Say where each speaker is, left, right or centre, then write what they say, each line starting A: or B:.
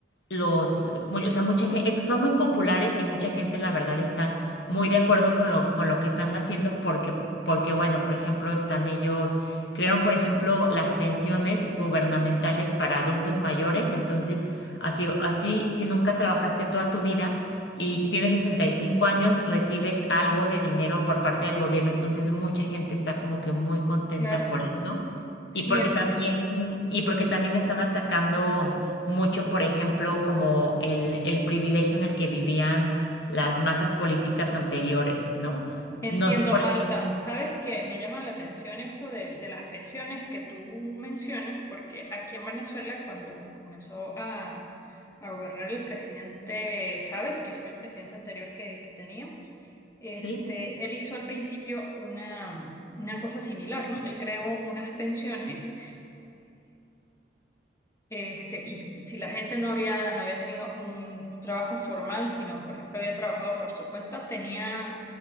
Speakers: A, on the left; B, on the left.
A: los, mu- o sea, mucha gente, son muy populares y mucha gente, la verdad, está muy de acuerdo con lo, con lo que están haciendo porque, porque, bueno, por ejemplo, están ellos, crearon, por ejemplo, las pensiones gubernamentales para adultos mayores, entonces, así, así, si nunca trabajaste toda tu vida y que tienes 65 años, recibes algo de dinero por parte del gobierno, entonces mucha gente está como que muy contenta
B: Claro,
A: por eso.
B: sí
A: Y porque
B: entiendo.
A: también, y porque también están atacando mucho, por ejemplo, como el, el privilegio en el que vivían las masas políticas anteriores, ¿no?
B: Entiendo,
A: No sé, por
B: Marta.
A: ejemplo,
B: Sabes que me llama la atención eso de, de las pensiones que tú mencionas, porque aquí en Venezuela, cuando comenzó a, a gobernar el presidente Chávez, que fue el presidente anterior que, que teníamos, este,
A: ¿sí?
B: él hizo al principio una, una cosa similar, ¿no? Él creó unas pensiones este, y si la gente no había, no había tenido un, un trabajo formal, sino, por ejemplo, había trabajado por su cuenta, tenía